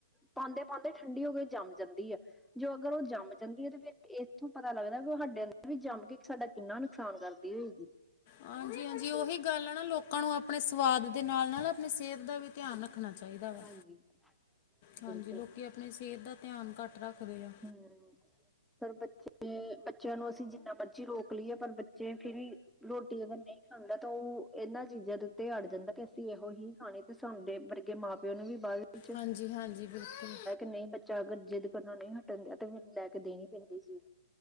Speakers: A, in the centre; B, on the left.
A: ਪਾਉਂਦੇ-ਪਾਉਂਦੇ ਠੰਡੀ ਹੋ ਕੇ ਜੰਮ ਜਾਂਦੀ ਆ। ਜੋ ਅਗਰ ਉਹ ਜੰਮ ਜਾਂਦੀ ਐ ਤੇ ਫਰ ਇੱਥੋਂ ਪਤਾ ਲੱਗਦਾ ਵੀ ਸਾਡ ਵਿੱਚ ਜੰਮ ਕੇ, ਸਾਡਾ ਕਿੰਨਾ ਨੁਕਸਾਨ ਕਰਦੀ ਹੋਏਗੀ।
B: ਹਾਂਜੀ-ਹਾਂਜੀ। ਓਹੀ ਗੱਲ ਆ ਨਾ ਲੋਕਾਂ ਨੂੰ ਆਪਣੇ ਸਵਾਦ ਦੇ ਨਾਲ- ਨਾਲ ਆਪਣੀ ਸੇਹਤ ਦਾ ਵੀ ਧਿਆਨ ਰੱਖ ਰੱਖਣਾ ਚਾਹੀਦਾ ਵਾ।
A: ਹਾਂਜੀ ਬਿਲਕੁਲ
B: ਹਾਂਜੀ, ਲੋਕੀ ਆਪਨੀ ਸੇਹਤ ਦਾ ਧਿਆਨ ਘੱਟ ਰੱਖਦੇ ਆ‌।
A: ਹਮਮ ਪਰ ਬੱਚੇ, ਬੱਚੇਆਂ ਨੂੰ ਅਸੀਂ ਜਿੰਨਾ ਮਰਜੀ ਰੋਕ ਲਈਏ ਪਰ ਬੱਚੇ ਫਿਰ ਵੀ ਰੋਟੀ, ਅਗਰ ਨੀ ਖਾਂਦਾ ਤਾਂ ਓ ਇਹਨਾਂ ਚੀਜ਼ਾਂ ਦੇ ਤੇ ਅੜ ਜਾਂਦਾ ਕਿ ਅਸੀਂ ਏਹੋ ਹੀ ਖਾਣੀ ਤੇ ਸਾਡੇ ਵਰਗੇ ਮਾਂ-ਪਿਓ ਨੂੰ ਵੀ ਬਾਅਦ ਵਿੱਚ
B: ਹਾਂਜੀ-ਹਾਂਜੀ। ਬਿਲਕੁਲ
A: ਨਈ, ਬੱਚਾ ਅਗਰ ਜਿੱਦ ਕਰਨੋਂ ਨਈ ਹਟਣ ਦੇਆ ਤੇ, ਫੇਰ ਓਨੂੰ ਲੈ ਕੇ ਦੇਣੀ ਪੈਂਦੀ ਚੀਜ।